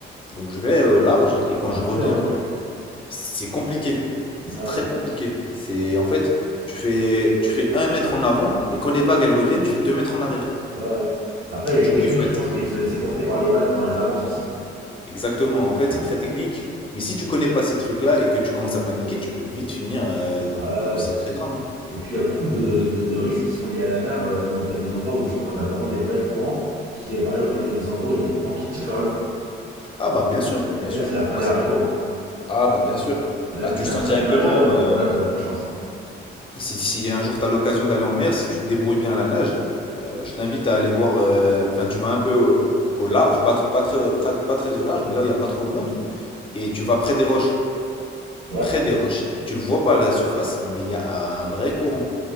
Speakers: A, on the left; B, on the right.
A: Donc je vais au large et quand
B: T'arrives
A: je reviens.
B: plus à revenir.
A: C'est compliqué.
B: Ouais,
A: C'est
B: ouais,
A: très compliqué. C'est en fait, tu fais tu fais un mètre en avant et quand les vagues elles reviennent, tu fais deux mètres en arrière.
B: ouais. ouais. Après, il y
A: Du
B: a une technique,
A: coup, il faut être
B: je pense, qui est de se laisser porter par les vagues quand elles avancent aussi.
A: exactement. En fait,
B: Ouais,
A: c'est très technique. Mais si tu connais pas ces trucs-là et que tu commences à paniquer, tu peux vite finir euh, dans,
B: ouais, ouais.
A: dans de sacrés
B: ouais.
A: drames.
B: Et puis, il y a beaucoup de,
A: Mais-
B: de- de risques qui sont liés à la mer euh, où t'as des endroits où justement t'as vraiment des vrais courants qui, euh, par exemple, il y, a- il y a des endroits où il y a des courants qui te tirent vers le fond.
A: Ah bah bien sûr, bien
B: Et
A: sûr.
B: là, c'est la fin
A: Ouais,
B: des haricots.
A: c'est-
B: hein.
A: Ah bah bien sûr.
B: Là,
A: Bah
B: même
A: tu
B: si t'es
A: le
B: un
A: sens
B: très
A: directement.
B: bon nageur, euh,
A: euh,
B: voilà, t'as aucune chance. hein.
A: Si, si un jour tu as l'occasion d'aller en mer, si tu te débrouilles bien à la nage, euh, je t'invite à aller voir. euh, Enfin, tu vas un peu au, au large, pas, t- pas très, pas, pas très au large, mais là où il n'y a pas trop de monde. Et tu vas près des roches.
B: Ouais.
A: Près des roches, tu le vois pas à la surface, mais il y a un vrai courant.